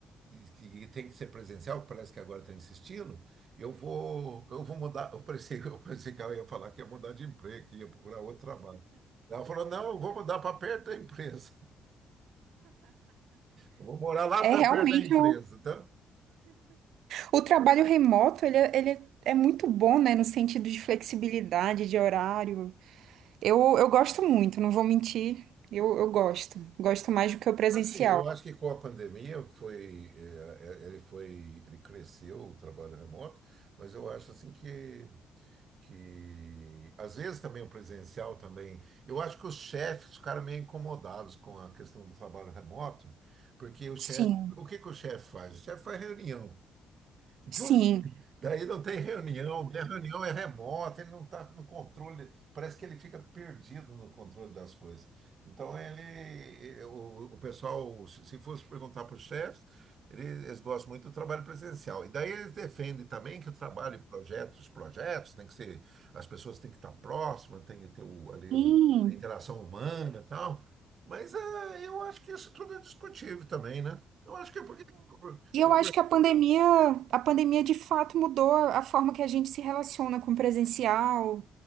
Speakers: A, on the right; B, on the right.
A: e que tem que ser presencial, parece que agora está insistindo, eu vou, eu vou mudar. Eu pensei, <laughs> eu pensei que ela ia falar que ia mudar de emprego, que ia procurar outro trabalho. Ela falou, não, eu vou mudar para perto da empresa. Eu vou morar lá
B: É
A: para
B: realmente
A: perto da empresa.
B: um
A: Então,
B: O trabalho remoto, ele, é- ele é é muito bom, né? No sentido de flexibilidade, de horário. Eu, eu gosto muito, não vou mentir. Eu, eu gosto. Gosto mais do que o presencial.
A: Assim, eu acho que com a pandemia foi, eh, eh, ele foi, ele cresceu o trabalho remoto, mas eu acho assim que, que às vezes também o presencial também, eu acho que os chefes ficaram meio incomodados com a questão do trabalho remoto, porque o chefe,
B: Sim.
A: o que que o chefe faz? O chefe faz reunião. Então,
B: Sim.
A: Daí não tem reunião, né? A reunião é remota, ele não está no controle, parece que ele fica perdido no controle das coisas. Então, ele, eh, o, o pessoal, se se fosse perguntar para os chefes, ele- eles gostam muito do trabalho presencial. E daí eles defendem também que o trabalho em projetos, projetos, tem que ser, as pessoas têm que estar próximas, tem que ter o- ali
B: Sim.
A: o- a interação humana e tal. Mas eh, eu acho que isso tudo é discutível também, né? Eu acho que é porque
B: E
A: estou
B: eu acho que a pandemia, a pandemia de fato mudou a a forma que a gente se relaciona com o presencial.